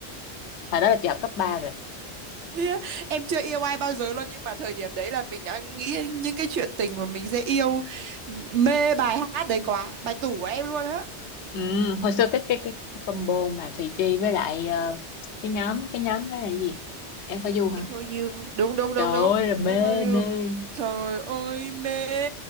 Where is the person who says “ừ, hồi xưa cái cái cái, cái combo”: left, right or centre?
Left